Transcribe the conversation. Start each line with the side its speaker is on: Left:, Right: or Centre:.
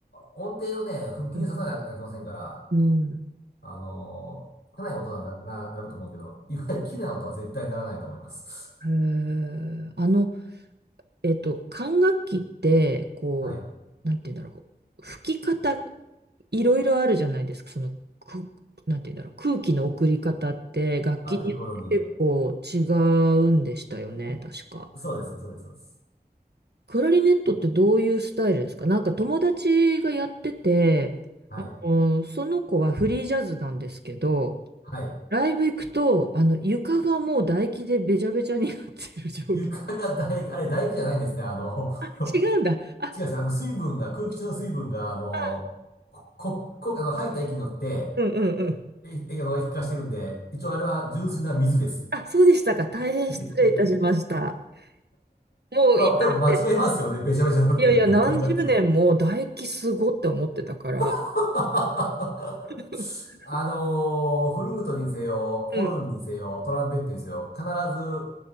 Left: ー音程をね、腹筋で刺さなきゃいけませんから、
Right: うん。うん。
Left: あのーかなり音がな、な、なると思うけど、いわゆる綺麗な音は絶対ならないと思います。<laughs>
Right: へーあの、えっと、管楽器って、こう、
Left: はい。
Right: なんて言うんだろう。吹き方、いろいろあるじゃないですか。その、く、なんて言うんだろう。空気の送り方って、楽器によって結構違
Left: あ、よくご存知で。
Right: うんでしたよね、確か。
Left: そうです、そうです、そうです。
Right: クラリネットってどういうスタイルですかなんか友達がやってて、
Left: はい。
Right: あの、その子はフリージャズなんですけど、
Left: はい。
Right: ライブ行くと、あの、床がもう唾液でべちゃべちゃになってる状況。
Left: 床が唾液、あれ唾液じゃないんですね。あの、
Right: <laughs> あ、違うんだ。
Left: <laughs>
Right: あ、
Left: 違います。あの、水分が、空気中の水分が、あの、
Right: あ、
Left: こ、こ、あの、吐いた息によって、
Right: うんうんうん。
Left: え、えあの、液化してるんで、一応あれは純粋な水です。
Right: あ、そうでしたか。大変失礼いたしました。
Left: <laughs>
Right: もう今まで、
Left: まあ、でも間違いますよね。べちゃべちゃになってるって、
Right: いやいや、何十年も唾液すごって思ってたから。
Left: 管楽器は。<laughs>
Right: <laughs>
Left: あのーフルートにせよ、
Right: うん、
Left: ホルンにせよ、トランペットにせよ、必ず、